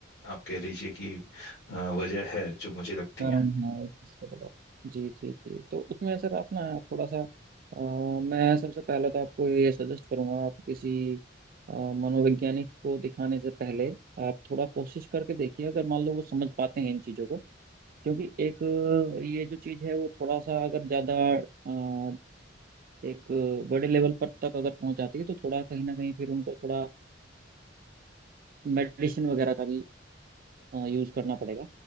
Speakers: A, on the left (about 70°); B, on the right (about 50°).
A: आप कह लीजिए कि अ, वजह है जो मुझे लगती
B: कर्म
A: है
B: है किसका बड़ा जी जी जी तो उसमें सर आप ना थोड़ा सा अ, मैं सबसे पहले तो आपको ये सजेस्ट करूंगा आप किसी अ, मनोवैज्ञानिक को दिखाने से पहले आप थोड़ा कोशिश करके देखिए अगर मान लो वो समझ पाते हैं इन चीज़ों को क्योंकि एक अ, ये जो चीज़ है वो थोड़ा सा अगर ज़्यादा अ, एक बड़े लेवल पर तक अगर पहुंच जाती है तो थोड़ा कहीं ना कहीं फिर उनको थोड़ा मेडिसिन वगैरह का भी यूज़ करना पड़ेगा